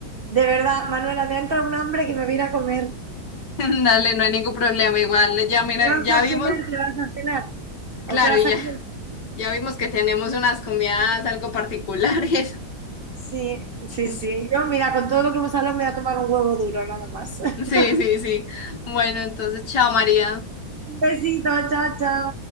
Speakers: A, on the right; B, on the left.
A: de verdad, Manuela, me ha entrado un hambre que me voy a ir a comer.
B: <laughs> dale, no hay ningún problema, igual ya mira,
A: ¿Qué vas
B: ya
A: a
B: vimos,
A: cenar? ¿Qué vas a cenar?
B: claro,
A: ¿O qué vas
B: y ya,
A: a comer?
B: ya vimos que tenemos unas comidas algo particulares.
A: Sí, sí,
B: <laughs>
A: sí. Yo, mira, con todo lo que hemos hablado me voy a tomar un huevo duro, nada más. <laughs>
B: Sí, sí, sí. Bueno, entonces, chao María.
A: Un besito, chao, chao.